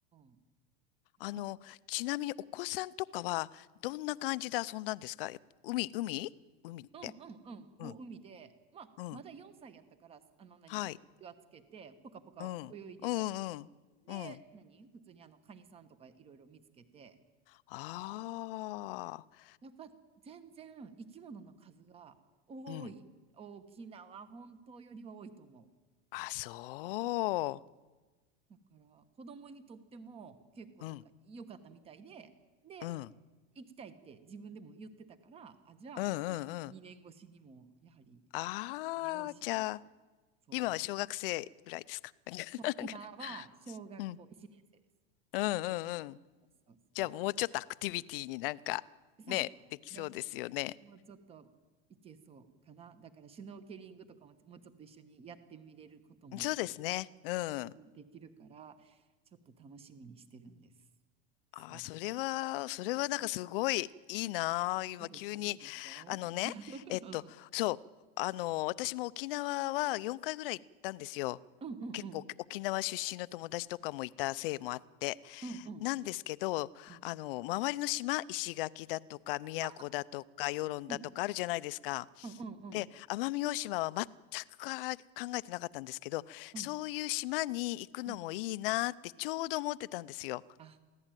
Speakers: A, on the right (about 15°); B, on the left (about 55°).
A: よ
B: あの、
A: かった。
B: ちなみにお子さんとかは、どんな感じで遊んだんですかやっぱ海、海海って。
A: うんうんうん。もう海で、
B: うん、
A: まあ、
B: うん。
A: まだ4歳やったから、あの何、
B: はい。
A: 岩つけて、ぷかぷか泳いでたり、
B: うん。うんうんうん。
A: で、
B: うん。
A: 何普通にあの、カニさんとかいろいろ見つけて、
B: ああ。
A: やっぱ全然生き物の数が多い。
B: うん
A: 沖縄本島よりは多いと思
B: あ、そ
A: う。うんだから、子供にとっても結構なんか良かったみたいで、
B: う。うん。
A: で、
B: うん。
A: 行きたいって自分でも言ってたから、あ、じゃあやっぱり2年越しにも、
B: うんうんうん。
A: やはり、
B: ああ、
A: 奄美大島、
B: じゃあ、
A: そう、
B: 今は小学生ぐらいですか。<laughs> なんかなんか
A: そう、今は小学校1年生です。
B: うん。うんうんうん。
A: そうそうそ
B: じゃあ、もうちょっとアクティビティになんか、
A: う。そう。
B: ね、できそうですよね。
A: ね。もうちょっといけそうかな。だからシュノーケリングとかももうちょっと一緒にやってみれることも
B: そうですね。うん。
A: できるから、ちょっと楽しみにしてるんです。そう。
B: ああ、それは、それはなんかすごいいいなあ。今急に。
A: いいでしょ、いいでしょ。
B: あのね、
A: うん
B: えっと、そう、あの、私も沖縄は4回ぐらい行ったんですよ。
A: うんうん
B: 結構沖縄出身の友達とかもいたせいもあって。
A: うんうん
B: なんですけど、
A: うん。
B: あの、周りの島、石垣だとか、宮古だとか、
A: あ、
B: 与論だとかあるじゃないですか。
A: うんうんうんうん
B: で、奄美大島は全くか考えてなかったんですけど、
A: うん
B: そういう島に行くのもいいなあってちょうど思ってたんですよ。
A: うん。あ、